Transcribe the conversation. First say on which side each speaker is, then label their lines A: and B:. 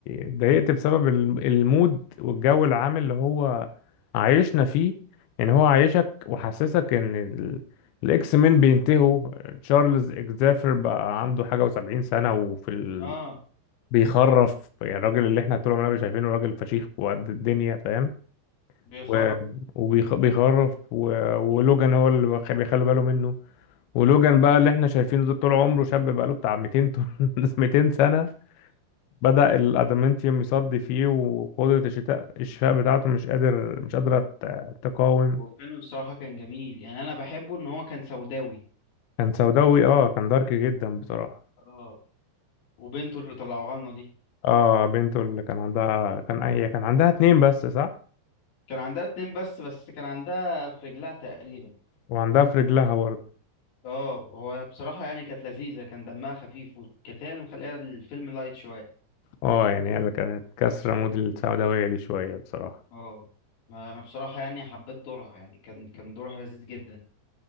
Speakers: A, on the left (about 80°); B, on the left (about 65°).
A: اتضايقت بسبب الم- المود والجو العام اللي هو عايشنا فيه يعني هو عايشك وحسسك ان ال... الاكس مين بينتهوا تشارلز اكزافير بقى عنده حاجه و70 سنه وفي ال...
B: اه
A: بيخرف يعني الراجل اللي احنا طول عمرنا شايفينه راجل فشيخ وقد الدنيا فاهم
B: بيخر
A: و... وبيخ... بيخرف و... ولوجان هو اللي بيخ- بيخلوا باله منه ولوجان بقى اللي احنا شايفينه ده طول عمره شاب بقاله بتاع 200 طن- <laughs> 200 سنه بدأ الادامنتيوم يصدي فيه وقدرة الشتاء الشفاء بتاعته مش قادر مش قادرة ت- تقاوم
B: هو الفيلم بصراحه كان جميل يعني انا بحبه ان هو كان سوداوي
A: كان سوداوي اه كان دارك جدا بصراحة
B: اه وبنته اللي طلعوها لنا دي
A: اه بنته اللي كان عندها كان اي كان عندها اتنين بس صح
B: كان عندها اتنين بس بس كان عندها في رجلها تقريبا
A: وعندها في رجلها برضه
B: اه هو بصراحة يعني كانت لذيذة كان دمها خفيف وكانت هي اللي مخليها الفيلم لايت شوية
A: اه يعني هي اللي كانت كسرة مود السوداوية دي شوية بصراحة
B: اه ما انا بصراحة يعني حبيت دورها يعني كان كان دورها لذيذ جدا